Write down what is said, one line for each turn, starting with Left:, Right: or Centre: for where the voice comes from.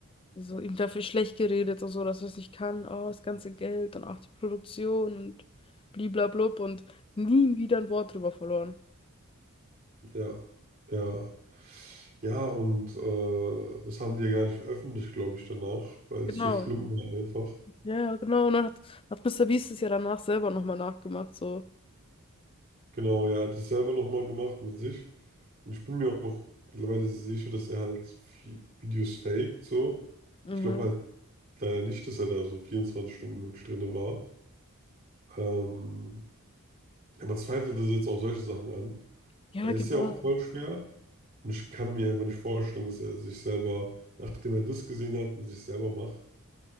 Left: so ihm dafür schlecht geredet und so, dass er es nicht kann, oh, das ganze Geld und auch die Produktion und bliblablub und nie wieder ein Wort drüber verloren.
Right: Ja, ja. Ja, und äh, das haben die ja gar nicht veröffentlicht, glaube ich, danach, weil
Left: Genau,
Right: es so schlimm war einfach.
Left: ja, ja, genau, und dann hat, hat Mr. Beast es ja danach selber nochmal nachgemacht, so.
Right: Genau, ja, er hat es selber nochmal gemacht mit sich. Und ich bin mir auch mittlerweile sicher, dass er halt Vi- Videos faked, so.
Left: Mhm.
Right: Ich glaube halt leider nicht, dass er da so 24 Stunden wirklich drin war. Ähm, ja, man zweifelt das jetzt auch solche Sachen an,
Left: Ja,
Right: weil
Left: genau.
Right: es ist ja auch voll schwer. Und ich kann mir einfach nicht vorstellen, dass er sich selber, nachdem er das gesehen hat, mit sich selber macht.